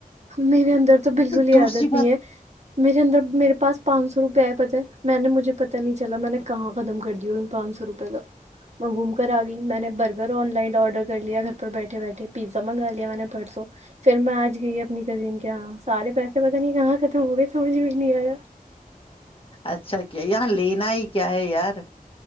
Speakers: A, on the right; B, on the left.
A: میرے اندر تو بالکل ہی
B: دوسری
A: عادت نہیں
B: بات
A: ہے میرے اندر میرے پاس پانچ سو روپئے آئے پت ہے میں نے مجھے پتا نہیں چلا میں نے کہاں ختم کر دیا ان پانچ سو روپے کا میں گھوم کر آ گئی میں نے برگر آن لائن آرڈر کر لیا گھر پر بیٹھے بیٹھے پیزا منگا لیا میں نے پرسوں پھر میں آج <unintelligible> گئی اپنی کزن کیااں سارے پیسے پتہ نہیں کہاں ختم ہو گئے تھے مجھ بھی نہیں آیا
B: اچھا <unintelligible> کیا یہاں لینا ہی کیا ہے یار